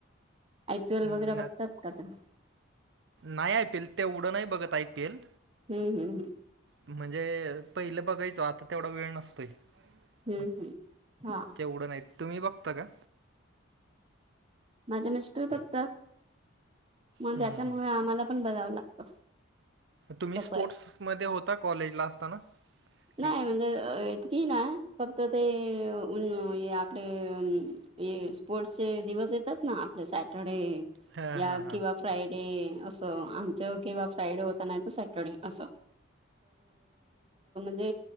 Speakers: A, on the right (about 25°); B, on the right (about 55°).
A: आय पी एल
B: हम्म,
A: वगैरे
B: ना-
A: बघतात का तुम्ही?
B: नाही आय पी एल, तेवढ नाही बघत आय पी एल.
A: हू हुं हुं.
B: म्हणजे पहिलं बघायचो, आता तेवढा वेळ नसतोय.
A: हम्म
B: मग
A: हम्म हा
B: तेवढं नाही, तुम्ही बघता का?
A: माझे मिस्टर बघतात, म
B: हम्म,
A: त्याच्यामुळे
B: हम्म, हम्म.
A: आम्हाला पण बघावं लागतं.
B: तुम्ही
A: तसं
B: स्पोर्ट्स
A: आहे
B: मध्ये होता कॉलेजला असताना?
A: नाही
B: की
A: म्हणजे अ इतकी नाय, फक्त ते अ अ आपले अ ते स्पोर्ट्स चे दिवस येतात ना, आपले सॅटरडे
B: हां
A: या
B: हां हां
A: किंवा फ्रायडे असं आण चव किंवा फ्राय डे होता नाही, तर सॅटर डे अस. म्हणजे